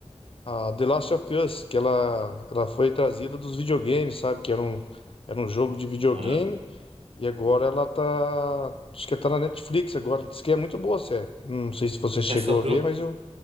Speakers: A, on the left (about 55°); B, on the right (about 60°).
A: a, a The Last of Us, que ela, ela foi trazida dos videogames, sabe? Que era um, era um jogo de videogame.
B: Aham.
A: E agora ela tá. Acho que tá na Netflix agora. Diz que é muito boa a série. Não sei se você chegou
B: Que é sobre
A: a ver,
B: um
A: mas eu,